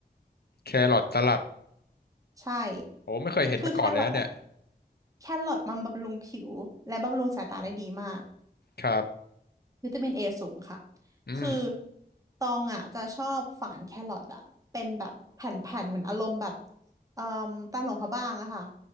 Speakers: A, on the left; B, on the right.
A: แครอทสลัด
B: ใช่
A: โอ้ไม่เคยเห็นมาก่อนเลยนะเนี่ย
B: คือแครอทอะแครอทมันบำรุงผิวและบำรุงสายตาได้ดีมาก
A: ครับ
B: วิตามินเอสูงค่ะ
A: อืม
B: คือตองอ่ะจะชอบฝานแครอทอ่ะเป็นแบบแผ่นๆเหมือนอารมณ์แบบเอ่อตำหลงพระบ้างอะค่ะ